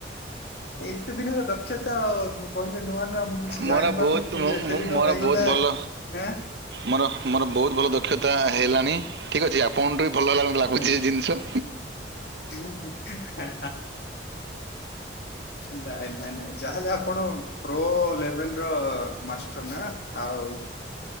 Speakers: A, on the left (about 60°); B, on the right (about 65°).
A: ଏତେ ଦିନର ଦକ୍ଷତା ଅ କହିଲେ ନୂଆ ନୂଆ ମୁଁ କିଛି
B: ମୋର
A: ଜାଣି ପାରୁନି
B: ବହୁତ
A: କିନ୍ତୁ
B: ମୁଁ-
A: ଏତେ
B: ମୁଁ-
A: ଦିନ
B: ମୋର
A: ହେଇଗଲା
B: ବହୁତ ଭଲ
A: ଆଁ।
B: ମୋର ମୋର ବହୁତ ଭଲ ଦକ୍ଷତା ହେଲାନି। ଠିକ ଅଛି ଆପଣଠୁ ବି ଭଲ ହେଲା ଭ ଲାଗୁଛି
A: ଆଚ୍ଛା।
B: ଏ ଜିନିଷ।
A: <unintelligible> ନାଇଁ ନାଇ ନାଇଁ ଯାହାଲେ ଆପଣ ପ୍ରୋ ଲେବଲ ର ମାଷ୍ଟର ନା ଆଉ।